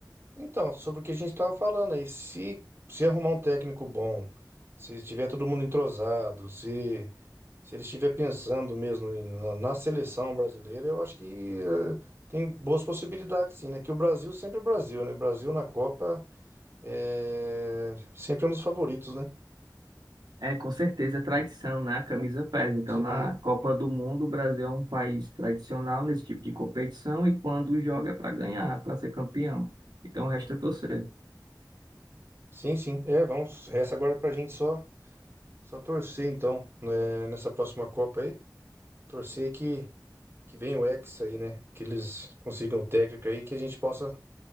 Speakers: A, on the right; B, on the right.
A: Então, sobre o que a gente estava falando aí, se, se arrumar um técnico bom, se estiver todo mundo entrosado, se, se ele estiver pensando mesmo na, na seleção brasileira, eu acho que eh, tem boas possibilidades sim, né? Que o Brasil sempre é o Brasil, né? Brasil na Copa é sempre é um dos favoritos, né?
B: É, com certeza, é tradição, né? A camisa pesa. Então,
A: Sim,
B: na Copa do Mundo, o Brasil é um país tradicional nesse tipo de competição e quando joga é para ganhar, para ser campeão. Então, resta torcer.
A: sim, sim. É, vamos, resta agora pra gente só, só torcer então, né, nessa próxima Copa aí. Torcer que, que venha o Hexa aí, né? Que eles consigam o técnico aí, que a gente possa,